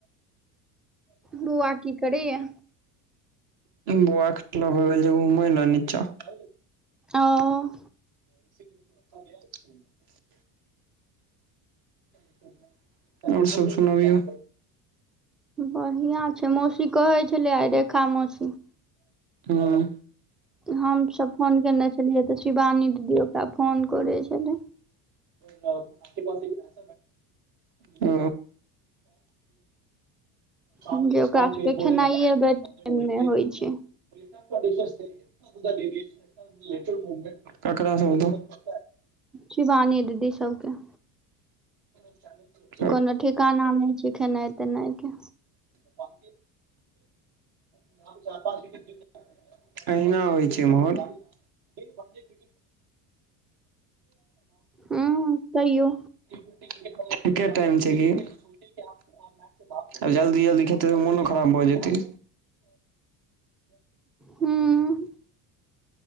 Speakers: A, in the centre; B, on the right.
A: बौआकी करे य
B: बौआ हो गेल घुमे ल नीचा <unintelligible>
A: अं
B: <unintelligible> <unintelligible> आओर सब सुनबियौ
A: बढ़िआं छै मौसी कहै छलै आइ रेखा मौसी
B: ह्म
A: हमसभ फोन केने छलियै तऽ शिवानी दीदी ओकरा फोन करै छलै
B: ओ ब <unintelligible> ओ
A: जे
B: ्रने
A: ओकरा सबके खेनाइये
B: खेल
A: बेड टाइम मे होइ
B: सकतै
A: छै
B: <inaudible> ककरा <unintelligible>
A: शिवानी दीदी सबके
B: <unintelligible>
A: कोनो ठिकाना नहि छै खेनाई तेनाईके
B: <unintelligible> <inaudible> अहिना होइ छै ईमहर तन <unintelligible>
A: ह्म कहियो
B: <unintelligible> ठीके टाईम छै कि ब <unintelligible> आ जल्दी जल्दी खेते त मनो खराब भऽ जेतै
A: हं